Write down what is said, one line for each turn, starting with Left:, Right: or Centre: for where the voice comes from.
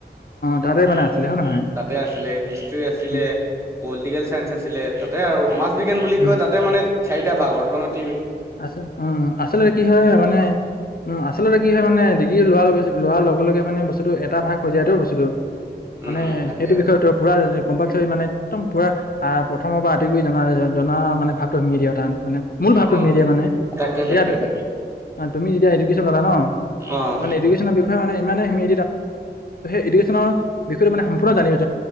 Left: তাতে
Right: অ
Left: মানে আছিলে হয় নহয়
Right: তাতে আছিলে হিষ্টী আছিলে
Left: উম
Right: পলিটিকেল চায়ন্ঞ্চ আছিলে তাতে আৰু সমাজ বিজ্ঞান বুলি
Left: উম
Right: কয় তাতে মানে চাৰিটা ভাগ অৰ্থনৈতি
Left: আছে উম আচলতে কি হয় মানে।
Right: অঁ
Left: উ আচলতে কি হয় মানে ডিগ্ৰী লোৱাৰ লগ লোৱাৰ লগে লগে মানে বস্তুটো এটা ভাগ হৈ যায়তো বস্তুটো। মানে
Right: উম তাকে
Left: সেইটো বিষয়ত পুৰা কম্পালচৰি মানে একদম পুৰা প্ৰথমৰ পৰা আদি কৰি জনা মানে ভাগটো সোমাই দিয়ে তাত মানে
Right: অঁ
Left: তুমি এ দিয়া মানে
Right: তাকে
Left: এ
Right: তাকে তাকে
Left: তুমি যেতিয়া ন
Right: অঁ
Left: মানে এডুকেশনৰ বিষয়ে মানে ইমানে সেই এডনৰ বিষয়টো মান সম্পূৰ্ণ জান